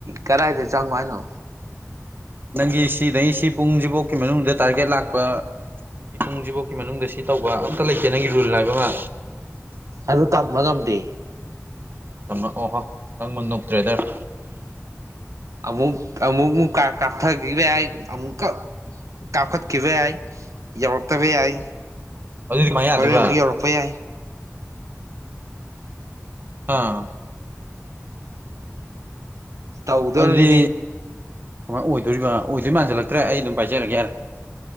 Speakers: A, on the right; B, on the right.
A: ꯀꯗꯥꯏꯗ ꯆꯪꯉꯣ ꯍꯥꯏꯅꯣ
B: ꯅꯪꯒꯤ ꯁꯤꯗꯩ ꯁꯤ ꯄꯨꯡꯁꯤꯖꯤꯐꯥꯎꯀꯤ ꯃꯅꯨꯡꯗ ꯇꯥꯔꯒꯦꯠ ꯂꯥꯛꯄ ꯁꯤ ꯄꯨꯡꯁꯤꯖꯤꯐꯨꯛ ꯁꯤ ꯃꯅꯨꯡꯗ ꯁꯤ ꯇꯧꯕ ꯑꯝꯇ ꯂꯩꯇꯦ ꯅꯪꯒꯤ ꯔꯨꯜ ꯍꯥꯏꯕ ꯑꯃ
A: ꯑꯗꯨ ꯇꯝꯕ ꯉꯝꯗꯦ
B: ꯑꯣꯍꫭ ꯅꯪꯃ ꯅꯨꯞ ꯇ꯭ꯔꯦꯗꯔ
A: ꯑꯨꯃꯨꯛ ꯑꯃꯨꯛ ꯀꯥꯞꯊꯒꯤꯕ ꯌꯥꯏ ꯑꯃꯨꯛ ꯀ ꯀꯥꯞꯈꯠꯈꯤꯕ ꯌꯥꯏ ꯌꯧꯔꯛꯇꯕ ꯌꯥꯏ
B: ꯑꯗꯨꯗꯤ ꯀꯃꯥꯏ ꯌꯥꯗꯣꯏꯕ
A: ꯍꯣꯔꯦꯟ ꯑꯃꯨꯛ ꯌꯧꯔꯛꯄ ꯌꯥꯏ
B: ꯑꯥ
A: ꯇꯧꯗꯣꯔꯤꯅꯦ
B: ꯑꯗꯨꯗꯤ ꯀꯃꯥꯏꯅ ꯑꯣꯏꯗꯣꯏꯔꯤꯕ ꯑꯣꯏꯗꯣꯏ ꯃꯥꯟꯁꯤꯜꯂꯛꯇ꯭ꯔꯦ ꯑꯩ ꯑꯗꯨꯝ ꯄꯥꯏꯖꯔꯒꯦ ꯌꯔ‌ꯦ